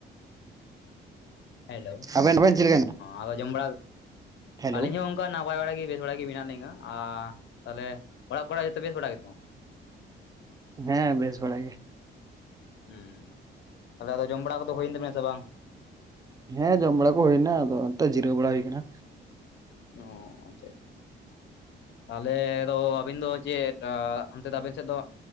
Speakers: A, on the left (about 65°); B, on the right (about 20°).
A: ᱦᱮᱞᱳ
B: ᱟᱵᱮᱱ ᱟᱵᱮᱱ ᱪᱮᱫ ᱞᱮᱠᱟ ᱦᱮᱱᱟᱜ
A: ᱟᱫᱚ ᱡᱚᱢ ᱵᱟᱲᱟ
B: ᱦᱮᱞᱳ
A: ᱟᱹᱞᱤᱧ ᱦᱚᱸ ᱚᱱᱠᱟ ᱱᱟᱯᱟᱭ ᱵᱟᱲᱟᱜ ᱜᱮ ᱵᱮᱥ ᱵᱟᱲᱟᱜ ᱜᱮ ᱢᱮᱱᱟᱜ ᱞᱤᱧᱟᱹ, ᱟᱨ ᱛᱟᱦᱚᱞᱮ ᱚᱲᱟᱜ ᱠᱚᱨᱮ ᱡᱚᱛᱚ ᱵᱮᱥ ᱵᱟᱲᱟ ᱜᱮᱛᱚ?
B: ᱦᱮᱸ ᱵᱮᱥ ᱵᱟᱲᱟ ᱜᱮ᱾
A: ᱦᱩᱸ ᱛᱟᱦᱚᱞᱮ ᱟᱫᱚ ᱡᱚᱢ ᱵᱟᱲᱟ ᱠᱚᱫᱚ ᱦᱩᱭᱮᱱ ᱛᱟᱵᱮᱱᱟ ᱥᱮ ᱵᱟᱝ?
B: ᱦᱮᱸ ᱡᱚᱢ ᱵᱟᱲᱟ ᱠᱚ ᱦᱩᱭᱱᱟ ᱟᱫᱚ ᱚᱱᱛᱮ ᱡᱤᱨᱟᱹᱣ ᱵᱟᱲᱟ ᱦᱩᱭᱠᱟᱱᱟ᱾
A: ᱚᱸ ᱟᱪᱪᱷᱟ ᱟᱪᱪᱷᱟ ᱛᱟᱦᱞᱮ ᱫᱚ ᱟᱹᱵᱤᱱ ᱫᱚ ᱪᱮᱫ ᱟᱸ ᱚᱱᱛᱮ ᱫᱚ ᱟᱵᱮᱱ ᱥᱮᱫ ᱫᱚ